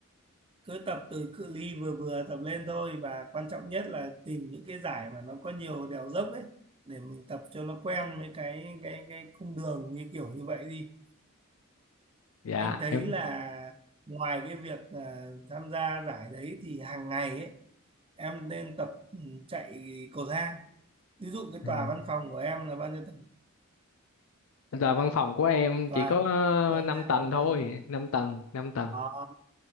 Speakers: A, on the right; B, on the left.
A: cứ tập từ cự ly vừa vừa tập lên thôi và quan trọng nhất là tìm những cái giải mà nó có nhiều đèo dốc ấy để mình tập cho nó quen với cái cái cái cung đường như kiểu như vậy đi
B: dạ
A: anh thấy
B: em
A: là ngoài cái việc à, tham gia giải đấy thì hàng ngày ấy em nên tập ừ, chạy cầu thang ví dụ cái
B: À.
A: tòa văn phòng của em là bao nhiêu tầng
B: là văn phòng của em
A: tòa
B: chỉ có
A: tòa
B: 5
A: nhà
B: tầng
A: văn
B: thôi
A: phòng
B: năm tầng năm tầng
A: Ờ.